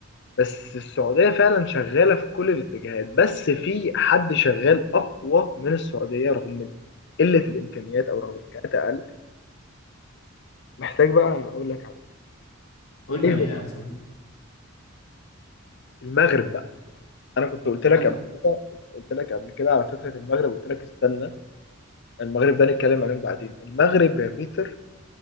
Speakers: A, on the left; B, on the left.
A: بس السعوديه فعلا شغاله في كل الاتجاهات بس في حد شغال اقوى من السعوديه رغم قله الامكانيات او رغم الامكانيات اقل محتاج بقى اقول لك عليه
B: قول لي
A: ايه
B: عليها
A: هو
B: يا صديقي
A: المغرب بقى انا كنت قلت
B: مال
A: لك قبل كده قلت لك قبل كده على فكره المغرب قلت لك استنى المغرب ده نتكلم عليهم بعدين المغرب يا بيتر